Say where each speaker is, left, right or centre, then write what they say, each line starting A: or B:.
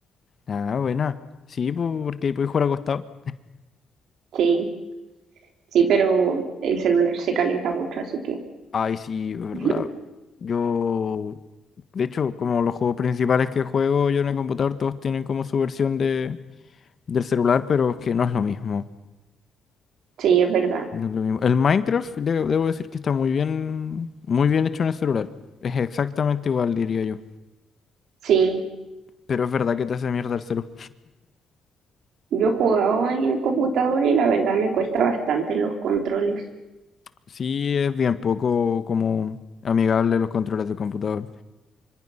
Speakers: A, on the left; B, on the right.
A: Ah, buena. Sí, po, porque puedes jugar acostado.
B: Sí, sí, pero el celular se calienta mucho, así que
A: Ay, sí, es verdad.
B: <laughs>
A: Yo, de hecho, como los juegos principales que juego yo en el computador, todos tienen como su versión de, del celular, pero es que no es lo mismo.
B: sí, es verdad.
A: No es lo mismo. El Minecraft, de- debo decir que está muy bien, muy bien hecho en el celular. Es exactamente igual, diría yo.
B: Sí,
A: Pero es verdad que te hace mierda el celular.
B: yo he jugado en el computador y la verdad me cuesta bastante los controles.
A: Sí, es bien poco como amigable los controles del computador.